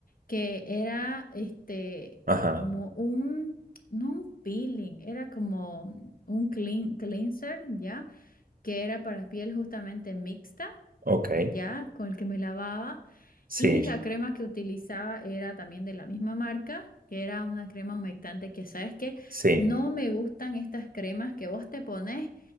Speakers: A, on the left; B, on the right.
A: que era este
B: Ajá,
A: como un, no un peeling, era como un clean, cleanser, ¿ya? Que era para piel justamente mixta,
B: ok,
A: ¿ya? Con el que me lavaba.
B: sí,
A: Y la crema que utilizaba era también de la misma marca, que era una crema humectante que, ¿sabes que
B: sí.
A: No me gustan estas cremas que vos te pones.